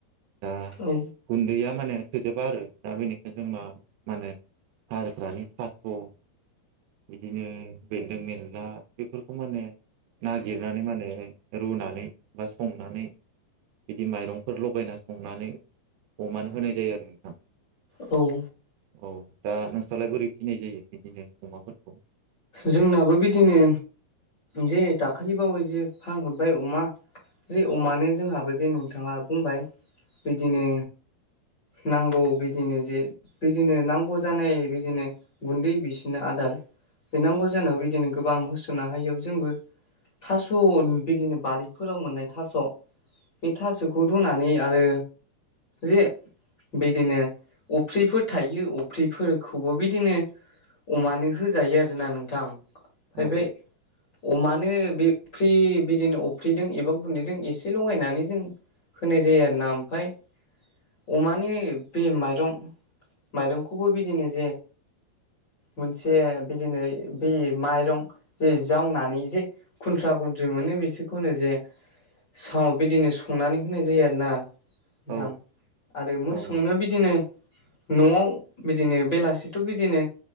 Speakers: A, on the right (about 80°); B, on the left (about 40°).
A: दा
B: औ
A: गुन्दैया माने थोजोबा आरो दा बेनिख जों मा माने हारफ्र्रानि थास्थ' बिदिनो बेन्दों बेला बेफोरखौ मानो नागिरनानै मानो रुनानै बा संनानै बिदि माइरंफोर लगायना संनानै अमानो होनाय जायो आरो नोंथां।
B: औ
A: औ दा नोंस्रालाय बोरै फिनाय जायो बिदिनो अमाफोरखौ?
B: जोंनाबो बिदिनो। जे दाखालिबावै जो फानहरबाय अमा जे अमानो
A: औ
B: जोंहाबो जे नोंथाङा बुंबाय बिदिनो नांगौ बिदिनो जे बिदिनो नांगौ जानाय बिदिनो गुन्दै बिसोनो आदार होनांगौ जानायाव बिदिनो गोबां हुस'ना हायो जोंबो। थास' बिदिनो बारिफोराव मोननाय थास' बे थास'खौ रुनानै आरो जे बिदिनो अफ्रिफोर थायो अफ्रिफोरखौबो बिदिनो अमानो होजायो आरोना नोंथां। हैबाय
A: औ
B: अमानो बेफ्रि बिदिनो अफ्रिदों एबा गुन्दैदों एसे लगायनानै जों होनाय जायो आरो ना ओमफाय अमानि बे माइरं माइरंखौबो बिदिनो जे मोनसे बिदिनो बै माइरं जे जावनानै जे खुन्थ्रा खुन्थ्रि मोनो बिसोरखौनो जे साव बिदिनो संनानै होनाय जायो आरो ना।
A: औ
B: दां। आरो मोसौनो
A: औ
B: बिदिनो न'आव बिदिनो बेलासिथ' बिदिनो